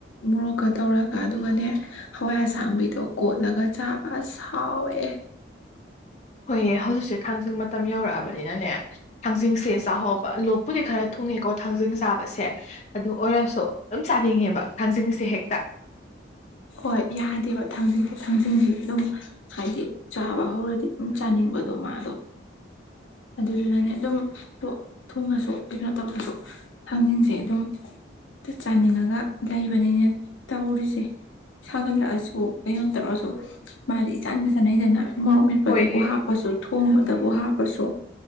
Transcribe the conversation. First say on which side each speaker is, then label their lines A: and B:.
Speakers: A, on the left; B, on the left.
A: ꯃꯣꯔꯣꯛꯀ ꯇꯧꯔꯒ ꯑꯗꯨꯒꯅꯦ ꯍꯋꯥꯏ ꯑꯁꯥꯡꯕꯤꯗꯣ ꯀꯣꯂꯒ ꯆꯕꯥꯁ ꯍꯥꯎꯦ
B: ꯍꯣꯏꯑ ꯍꯧꯖꯤꯛꯁꯦ ꯊꯥꯡꯖꯤꯡ ꯃꯇꯝ ꯌꯧꯔꯛꯑꯕꯅꯤꯅꯅꯦ ꯍꯖꯤꯡ ꯁꯥꯣ ꯂꯣꯛꯕꯨꯨꯦꯔ ꯊꯨꯡꯉꯦꯀꯣ ꯊꯥꯡꯖꯤꯡ ꯆꯥꯕꯁꯦ ꯑꯗꯨ ꯑꯣꯏꯔꯁꯨ ꯑꯗꯨꯝ ꯆꯥꯅꯤꯡꯉꯦꯕ ꯊꯥꯡꯖꯤꯡꯁꯦ ꯍꯦꯛ
A: ꯍꯣꯏ ꯌꯥꯗꯦꯕ ꯊꯥꯡꯖꯤꯡꯁꯦ ꯊꯥꯡꯖꯤꯡꯁꯤ ꯑꯗꯨꯝ ꯍꯥꯏꯗꯤ ꯆꯥꯕ ꯍꯧꯔꯗꯤ ꯑꯗꯨꯝ ꯆꯥꯅꯤꯡꯕꯗꯣ ꯃꯥꯗꯣ ꯑꯗꯨꯗꯨꯅꯅꯦ ꯑꯗꯨꯝ ꯊꯨꯡꯉꯁꯨ ꯀꯩꯅꯣ ꯇꯧꯔꯁꯨ ꯊꯥꯡꯖꯤꯡꯁꯦ ꯑꯗꯨꯝꯛꯇ ꯆꯥꯅꯤꯡꯉꯒ ꯂꯩꯕꯅꯤꯅ ꯇꯧꯔꯤꯁꯦ ꯁꯥꯒꯠꯂꯛꯑꯁꯨ ꯀꯩꯅꯣꯝ ꯇꯧꯔꯁꯨ ꯃꯥꯗꯤ ꯏꯆꯥꯟꯅ ꯆꯥꯅꯩꯗꯅ ꯃꯣꯔꯣꯛ ꯃꯦꯠꯄꯗꯕꯨ
B: ꯍꯣꯏꯌꯦ
A: ꯍꯥꯞꯄꯁꯨ ꯊꯣꯡꯕ ꯗꯕꯨ ꯍꯥꯞꯄꯁꯨ